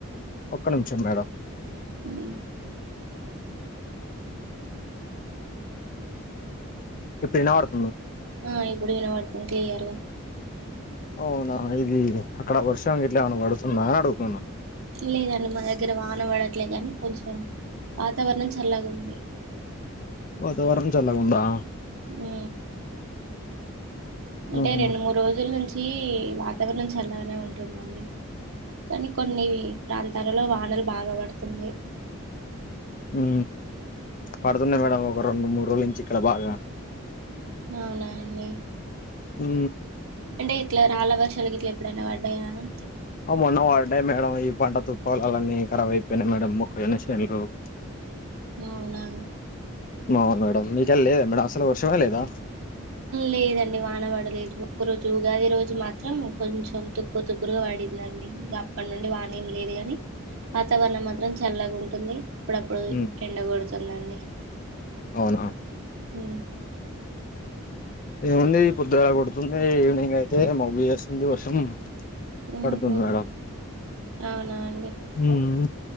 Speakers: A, on the left (about 40°); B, on the right (about 70°).
A: ఒక్క నిమిషం మేడం.
B: ఉమ్
A: ఇప్పుడు వినపడు
B: ఆ ఇప్పుడు వినబడుతుంది క్లియర్ గా
A: అవునా ఇది అక్కడ వర్షం గిట్ల ఏమైనా పడుతుందా అని అడుగుతున్నా
B: లేదండి మా దగ్గర వాన పడట్లేదు కాని కొంచెం వాతావరణం చల్లగా ఉంది
A: వాతవరణం చల్లగా ఉందా
B: ఊ అంటే
A: ఆహా
B: రెండు మూడు రోజుల నుంచి తి వాతావరణం చల్లగా ఉంటుందండి కానీ కొన్ని ప్రాంతాలలో వానలు బాగా పడుతున్నాయి
A: ఉ పడుతున్నాయి మేడం ఒక రెండు మూడు రోజుల నుంచి ఇక్కడ బాగా
B: అవునా అండి
A: ఉ
B: అంటే ఇట్లా రాళ్ళ వర్షాలకు ఇట్లా ఎప్పుడైనా పడ్డాయా అండి
A: ఆ మొన్న పడ్డాయి మేడం ఈ పంట తుప్పలాలన్నీ కరాబ్ అయిపోయినాయి మేడం మొక్కజొన్న చెన్లు స్
B: అవునా
A: అవును మేడం మీకెల్ల లేదా మేడం అసలు వర్షమే లేదా
B: లేదండి వాన పడలేదు ఒక రోజు ఉగాది రోజు మాత్రం కొంచెం తుప్పు తుప్పులుగా పడి పడిందండి ఇక అప్పటి నుండి వానేం లేదు గాని వాతావరణం మాత్రం చల్లగా ఉంటుంది అప్పుడప్పుడు
A: హ్మ్.
B: ఎండ గొడుతుందండి
A: అవునా
B: ఊ
A: ఏముంది పొద్దులా కొడుతుంది ఈవినింగ్ అయితే మబ్బు చేస్తుంది వర్షం
B: ఉహు
A: పడుతుంది మేడం
B: అవునా అండి
A: హ్మ్.